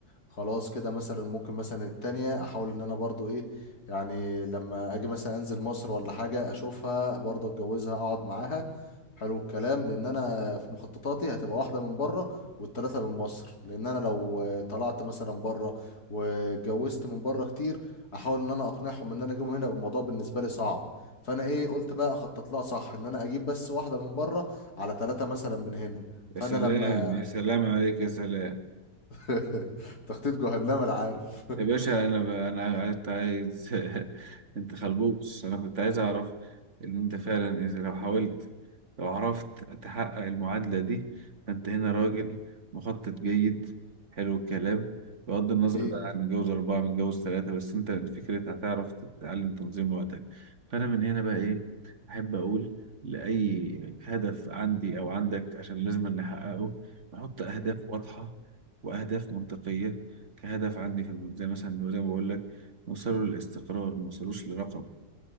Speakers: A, on the left; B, on the right.
A: خلاص كده مثلا ممكن مثلا التانية احاول ان انا برضو ايه يعني لما اجي مثلا انزل مصر ولا حاجة اشوفها برضو اتجوزها اقعد معاها حلو الكلام لان انا في مخططاتي هتبقى واحدة من بره والتلاتة من مصر لان انا لو آه، طلعت مثلا بره واتجوزت من بره كتير احاول ان انا اقنعهم ان انا اجيبهم هنا يبقى الموضوع بالنسبة لي صعب فانا ايه قلت بقى اخطط لها صح ان انا اجيب بس واحدة من بره على تلاتة مثلا من هنا
B: يا
A: فانا
B: سلام
A: لما
B: يا سلام عليك يا سلام
A: <laughs> تخطيط جهنم انا عارف
B: يا باشا انا ب... انا كنت عايز <laughs> انت خلبوس انا كنت عايز اعرف ان انت فعلا اذا لو حاولت لو عرفت تحقق المعادلة دي فانت هنا
A: <laughs>
B: راجل مخطط جيد حلو الكلام بغض النظر
A: أكيد
B: بقى عن متجوز أربعة متجوز ثلاثة بس أنت فكرة هتعرف تتعلم تنظيم وقتك فأنا من هنا بقى إيه أحب أقول لأي هدف عندي أو عندك عشان لازم نحققه نحط أهداف
A: مم.
B: واضحة وأهداف منطقية كهدف
A: مم.
B: عندي كان زي مثلا زي ما بقول لك نوصله للاستقرار ما نوصلوش لرقم